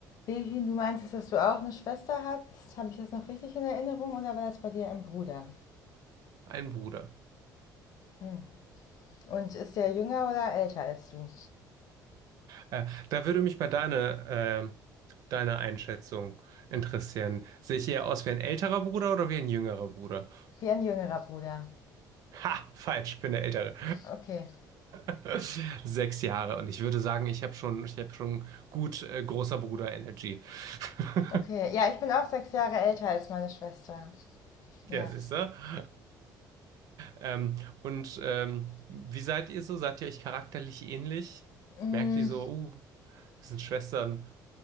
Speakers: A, on the left; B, on the right.
A: Behin, du meintest, dass du auch eine Schwester hast. Habe ich das noch richtig in Erinnerung oder war das bei dir ein Bruder?
B: Ein Bruder.
A: Hm. Und ist der jünger oder älter als du?
B: Äh, da würde mich mal deine, äh, deine Einschätzung interessieren. Sehe ich eher aus wie ein älterer Bruder oder wie ein jüngerer Bruder?
A: Wie ein jüngerer Bruder.
B: Ha, falsch, ich bin der Ältere.
A: Okay.
B: <laughs> Sechs Jahre. Und ich würde sagen, ich habe schon, ich habe schon gut äh, großer Bruder Energy. <laughs>
A: Okay, ja, ich bin auch sechs Jahre älter als meine Schwester.
B: Ja,
A: Ja.
B: siehst du? <laughs> Ähm, und ähm, wie seid ihr so? Seid ihr euch charakterlich ähnlich?
A: Mm,
B: Merkt ihr so, uh, das sind Schwestern?